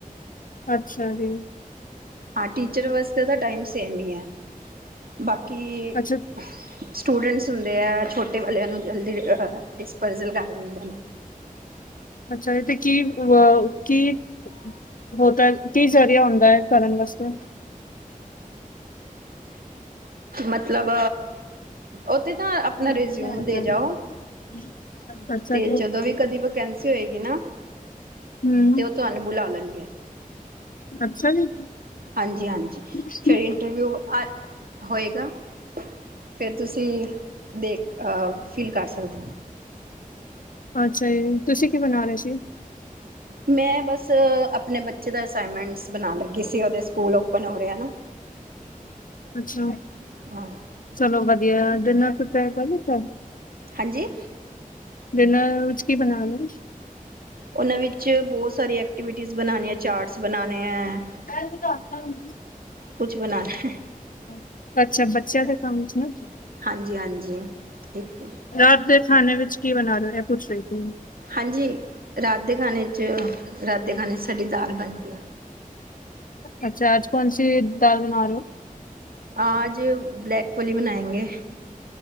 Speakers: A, on the left; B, on the right.
A: ਅੱਛਾ ਜੀ।
B: ਹਾਂ, ਟੀਚਰ ਵਾਸਤੇ ਤਾਂ ਟਾਈਮ ਸੇਮ ਈ ਐ। ਬਾਕੀ-
A: ਅੱਛਾ
B: ਸਟੂਡੈਂਟਸ ਹੁੰਦੇ ਆ ਛੋਟੇ ਵਾਲਿਆਂ ਨੂੰ ਜਲਦੀ, ਆਆ ਡਿਸਪਜ਼ਲ ਕਰ ਦਿੰਦੇ ਨੇ।
A: ਅੱਛਾ ਏ, ਤੇ ਕੀ ਵੋ ਕੀ- ਓ ਤਾਂ ਕੀ ਜ਼ਰੀਆ ਹੁੰਦਾ ਐ, ਕਰਨ ਵਾਸਤੇ।
B: ਮਤਲਬ ਉੱਥੇ ਤਾਂ ਆਪਣਾ
A: <unintelligible>
B: ਰਿਜ਼ਿਊਮ ਦੇ ਜਾਓ
A: ਬਚਾ
B: ਅਤੇ
A: ਜੇ <unintelligible>
B: ਜਦੋਂ ਵੀ ਕਦੀ ਵੈਕੈਂਸੀ ਹੋਏਗੀ ਨਾ
A: ਹੂੰ,
B: ਤੇ ਉਹ ਤੁਹਾਨੂੰ ਬੁਲਾ ਲੈਣਗੇ
A: ਅੱਛਾ ਜੀ।
B: ਹਾਂਜੀ ਹਾਂਜੀ,
A: ਹਮ
B: ਫਿਰ ਇੰਟਰਵਿਊ ਆ ਹੋਏਗਾ। ਫਿਰ ਤੁਸੀਂ ਦੇਖ, ਅਹ ਫੀਲ ਕਰ ਸਕਦੇ ਔ।
A: ਅੱਛਾ ਜੀ, ਤੁਸੀਂ ਕੀ ਬਣਾ ਰੇ ਸੀ?
B: ਮੈਂ ਬਸ ਅਪਣੇ ਬੱਚੇ ਦਾ ਅਸਾਈਮੈਂਟਸ ਬਣਾਣ ਲੱਗੀ ਸੀ, ਓਦੇ ਸਕੂਲ ਓਪਨ ਹੋ ਰੇ ਐ ਨਾ।
A: ਅੱਛਾ,
B: ਹਾਂ
A: ਚਲੋ ਵਧੀਐ। ਡਿਨਰ ਪ੍ਰੀਪੇਅਰ ਕਰ ਲਿਤਾ?
B: ਹਾਂਜੀ?
A: ਡਿਨਰ ਵਿੱਚ ਕੀ ਬਣਾ ਰੇ ਔ?
B: ਓਨਾਂ ਵਿੱਚ ਬੌਤ ਸਾਰੀ ਐਕਟੀਵਿਟੀਜ਼ ਬਣਾਣੇ ਐ, ਚਾਰਟਸ ਬਣਾਣੇ ਐ।
A: ਪੈਲੇ ਵੀ ਦਾਸ ਤਾ ਹੂ
B: ਬਣਾਉਣਾ ਹੈ
A: <unintelligible> ਅੱਛਾ, ਬੱਚਿਆਂ ਦੇ ਕੰਮ 'ਚ ਨਾ ਕੀ
B: ਹਾਂਜੀ ਹਾਂਜੀ। ਇੱਕ
A: ਰਾਤ ਦੇ ਖਾਣੇ ਵਿੱਚ ਕੀ ਬਣਾ ਰੇ ਔ? ਏ ਪੁੱਛ ਰੀ ਸੀ ਮੈਂ।
B: ਹਾਂਜੀ, ਰਾਤ ਦੇ ਖਾਣੇ 'ਚ, ਰਾਤ ਦੇ ਖਾਣੇ 'ਚ ਸਾਡੀ ਦਾਲ ਬਣਦੀ ਐ।
A: ਅੱਛਾ, ਆੱਜ ਕੌਣਸੀ ਦਾਲ ਬਣਾ ਰੇ ਔ?
B: ਆਜ ਬਲੈਕ ਵਾਲੀ ਬਣਾਏਂਗੇ